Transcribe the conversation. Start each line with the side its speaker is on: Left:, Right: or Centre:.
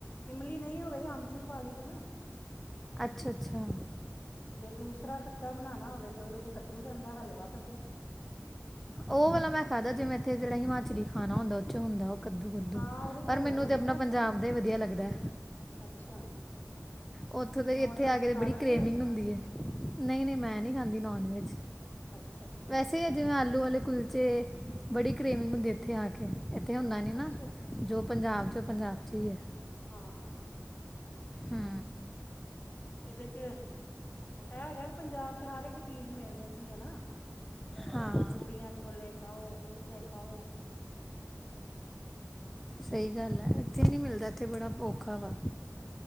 Left: ਇਮਲੀ ਨਹੀਂ ਹੋਵੇ ਤਾਂ ਅਮਚੂਰ ਪਾ ਲਈ ਦਾ ਨਾ।
Centre: ਅੱਛਾ ਅੱਛਾ।
Left: ਜੇ ਦੂਸਰਾ ਖੱਟਾ ਬਣਾਉਣਾ ਹੋਵੇ ਤਾਂ ਉਹਦੇ ਚ ਕੱਦੂ ਪੈਂਦਾ, ਹਲਵਾ ਕੱਦੂ।
Centre: ਉਹ ਵਾਲਾ ਮੈਂ ਖਾਦਾ ਜਿਵੇਂ ਇੱਥੇ ਜਿਹੜਾ ਹਿਮਾਚਲੀ ਖਾਣਾ ਹੁੰਦਾ ਔਧੇ ਚ ਹੁੰਦਾ। ਕੱਦੂ ਕੱਦੂ
Left: ਹਾਂ ਉਹਦੇ ਚ
Centre: ਪਰ
Left: ਹਲਵੇ
Centre: ਮੈਨੂੰ
Left: ਕੱਦੂ
Centre: ਤੇ ਅਪਣਾ
Left: ਦਾ ਹੁੰਦਾ
Centre: ਪੰਜਾਬ
Left: ਨਾ
Centre: ਦਾ ਈ ਵਧੀਆ ਲੱਗਦਾ ਐ।
Left: ਅੱਛਾ
Centre: ਓਥੋਂ ਤੋ ਇੱਥੇ
Left: ਨੋਨ ਵੈਜ
Centre: ਆ ਕੇ
Left: ਖਾ
Centre: ਬੜੀ
Left: ਲੈਂਦੇ
Centre: ਕੇ੍ਮਿੰਗ
Left: ਹੋ
Centre: ਹੁੰਦੀ ਏ। ਨਹੀਂ, ਨਹੀਂ ਮੈਂ ਨੀ ਖਾਂਦੀ ਨੋਨ- ਵੈਜ।
Left: ਅੱਛਾ ਅੱਛਾ
Centre: ਵੈਸੇ ਏ ਜਿਵੇਂ ਆਲੂ ਵਾਲੇ ਕੁਲਚੇ। ਬੜੀ ਕੇ੍ਮਿੰਗ ਹੁੰਦੀ ਇੱਥੇ ਆ ਕੇ। ਇੱਥੇ ਹੁੰਦਾ ਨੀ ਨਾ,
Left: ਅੱਛਾ
Centre: ਜੋ ਪੰਜਾਬ ਚ, ਪੰਜਾਬ ਚ ਹੀ ਹੈ।
Left: ਹਾਂ-ਹਾਂ,
Centre: ਹੂੰ,
Left: ਇਹਦੇ ਚ ਇਹ ਹੇਗਾ ਨੀ ਪੰਜਾਬ ਚ ਹਰ ਇੱਕ ਚੀਜ਼ ਮਿਲ ਜਾਂਦੀ ਹੈ ਨਾ,
Centre: ਹਾਂ
Left: ਪੂੜੀਆਂ ਚ ਛੋਲੇ ਖਾਓ, ਕੁਲਚੇ ਖਾਓ
Centre: ਸਹੀ ਗੱਲ ਏ, ਇੱਥੇ ਨੀ ਮਿਲਦਾ, ਇੱਥੇ ਬੜਾ ਔਖਾ ਵਾ